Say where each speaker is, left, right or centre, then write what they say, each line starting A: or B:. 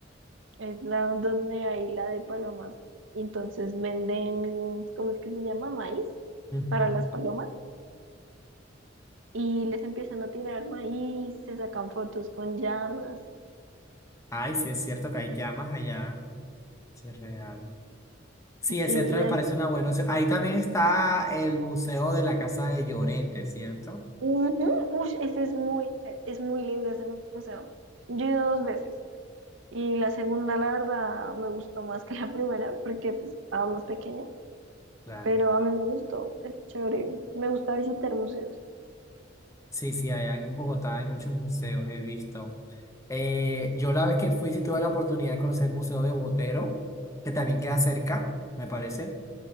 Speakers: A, on the right (about 85°); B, on the left (about 15°).
A: Es la donde hay la de palomas. Y entonces venden, ¿cómo es que se llama? Maíz
B: Ujú.
A: para las palomas. Y les empiezan a tirar maíz, se sacan fotos con llamas.
B: Ay, sí es cierto que hay llamas allá. Sí, es real. Sí,
A: Sí,
B: el centro
A: y
B: me
A: es-
B: parece una buena opción. Ahí también está el Museo de la Casa de Llorente, ¿cierto?
A: Ujú, ush, ese es muy, es muy lindo ese museo. Yo he ido dos veces. Y la segunda, la verdad, me gustó más que la primera porque pues, estaba más pequeña.
B: Claro.
A: Pero a mí me gustó, es chévere. Me gusta visitar museos.
B: Sí, sí, allá en Bogotá hay muchos museos, he visto. Eh, yo la vez que fui sí tuve la oportunidad de conocer el Museo de Botero, que también queda cerca, me parece.